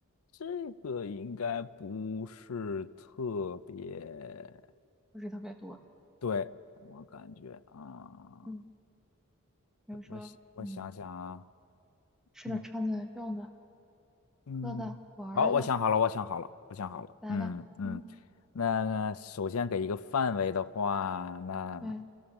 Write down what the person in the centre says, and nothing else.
不是特别多，
嗯，比如说，
嗯，吃的、
穿的、用的、
喝的、玩儿的，
来吧，
嗯，
对，